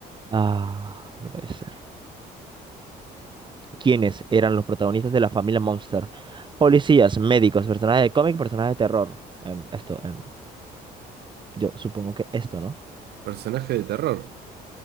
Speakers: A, on the right (about 30°); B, on the right (about 75°).
A: Ah, no puede ser. ¿Quiénes eran los protagonistas de la familia Monster? Policías, médicos, personajes de cómic, personajes de terror. Em, esto, em, yo supongo que esto, ¿no?
B: Personaje de terror.